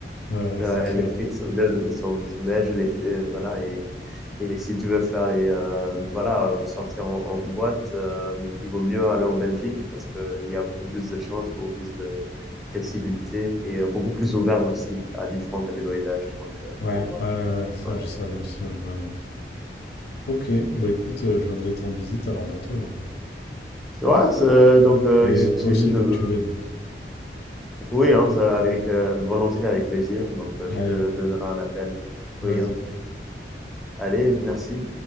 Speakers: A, on the left; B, in the centre.
A: Ouais, ouais,
B: ouais,
A: c'est clair.
B: les frites sont de sont sont belges, les f et voilà et et si tu veux faire les, euh, voilà, sortir en, en boîte, euh, il vaut mieux aller en Belgique parce qu'il y a beaucoup plus de chances, beaucoup plus de flexibilité et euh, beaucoup plus ouvert aussi à différentes catégories d'âge. Donc, euh,
A: Ouais,
B: pour, euh,
A: ouais, ouais, ouais, ça,
B: voilà.
A: je savais aussi, ouais, ouais, ouais. Ok, bah écoute, euh, je viendrai te rendre visite alors bientôt, là.
B: Ouais, c'est, donc, euh,
A: Et
B: il suffit
A: toi aussi,
B: juste
A: il
B: de.
A: faut que tu viennes.
B: Oui, hein, ça, avec euh, volonté, avec plaisir. Donc, euh,
A: Allez,
B: je te donnerai un appel. Oui,
A: vas-y.
B: hein. allez, merci.